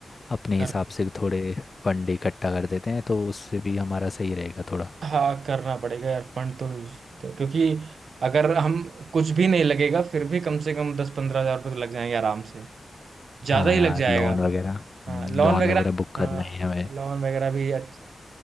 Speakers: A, on the left; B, on the right.
A: अपने
B: कर
A: हिसाब से थोड़े फंड इकट्ठा कर देते हैं तो उससे भी हमारा सही रहेगा थोड़ा
B: हाँ करना पड़ेगा अर्पण तो इस- क्योंकि अगर हम कुछ भी नहीं लगेगा फिर भी कम से कम दस पंद्रह हजार रुपये तो लग जाएंगे आराम से ज्यादा
A: हाँ
B: ही
A: यार
B: लग जाएगा
A: लॉन वगैरह हम्म,
B: हाँ लॉन
A: लॉन
B: वगैरह
A: वगैरह बुक करना
B: हाँ
A: है हमें
B: लॉन वगैरह भी अच्छ-